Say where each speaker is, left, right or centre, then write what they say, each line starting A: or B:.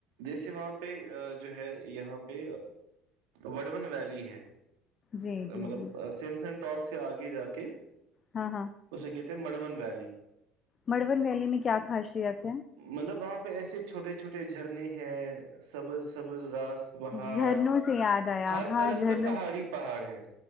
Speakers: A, on the right (about 65°); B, on the left (about 35°).
A: جیسے وہاں پہ جو ہے یہاں پہ وڑن ویلی ہے
B: جی جی
A: مطلب
B: جی
A: سین سین اپ سے آگے جا کے
B: ہاں
A: اسے کہتے ہیں مڑبن ویلی
B: مڑبن ویلی میں کیا خاش <unintelligible>
A: مطلب وہاں پر پہ ایسے چھوٹے چھوٹے جھرنے ہیں سبز سبز گاس پہاڑ
B: جھرنوں سے یاد آیا
A: ہر
B: ہاں
A: طرف
B: جھرنوں
A: سے پہاڑی پہاڑ ہے